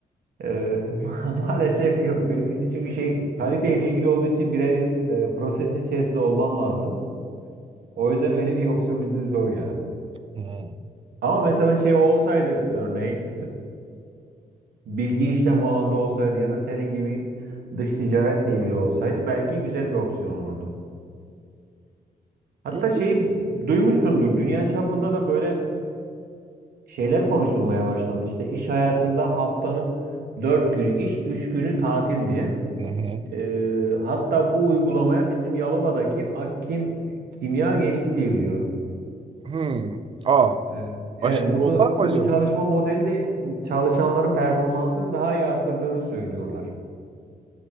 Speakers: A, on the right (about 80°); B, on the right (about 35°).
A: Eee, ma- <laughs> maalesef yok. Benimkisi çünkü şey kaliteyle ilgili olduğu için birebir e, prosesin içerisinde olmam lazım. O yüzden öyle bir opsiyon bizde zor ya.
B: Hmm.
A: Ama mesela şey olsaydı örneğin e, bilgi işlem bu alanda olsaydı ya da senin gibi dış ticaretle ilgili olsaydı belki güzel bir opsiyon olurdu. Hatta
B: İyi.
A: şeyi duymuşsundur. Dünya çapında da böyle şeyler konuşulmaya başlandı. İşte iş hayatında haftanın 4 günü iş, 3 günü tatil diye.
B: Hı hı.
A: Ee, hatta bu uygulamaya bizim Yalova'daki Akkim Kimya geçti diye biliyorum.
B: Hmm. Aa,
A: Ee, Evet,
B: aşırı
A: burada
B: dolar mı
A: bu
B: acaba?
A: çalışma modeli de m, çalışanların performansını daha iyi arttırdığını söylüyorlar.